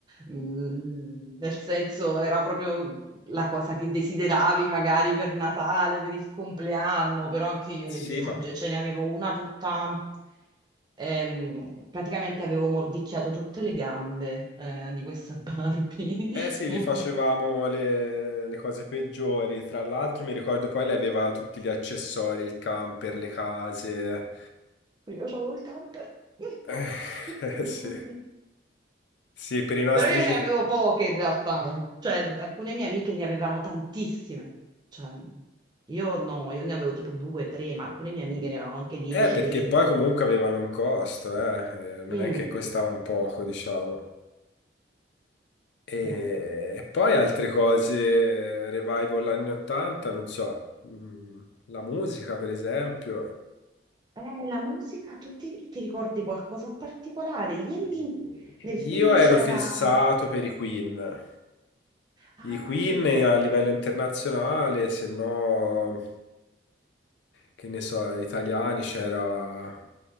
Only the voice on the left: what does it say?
sì,
ma
Eh sì,
li facevamo le, le cose peggiori. Tra l'altro, mi ricordo poi lei aveva tutti gli accessori, il camper, le case.
Eh, <laughs> sì. Sì, per i nostri...
ge-
Eh, perché
poi comunque avevano un costo, eh. Eh, Non
è che costavano poco, diciamo. E
poi altre cose, revival anni 80, non so, mm, la musica per esempio.
Mm,
Io
ero
fissato per i Queen.
I Queen
a livello internazionale, se no, che ne so, italiani c'era,